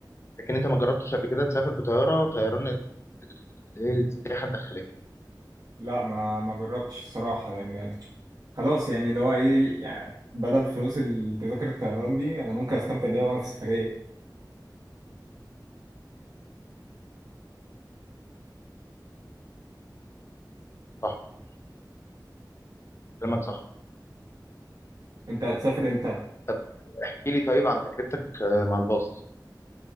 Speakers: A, on the left; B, on the right.
A: لكن انت ما جربتش قبل كده تسافر بطيارة طيران اللي هي السياحة الداخلية
B: لا ما ما جربتش الصراحه لان خلاص يعني اللي هو ايه يعني بدل فلوس التذاكر الطيران دي انا ممكن استمتع بيها وانا في السفريه
A: صح كلامك صح
B: انت هتسافر امتى
A: طب احكي لي طيب عن تجربتك آه، مع الباص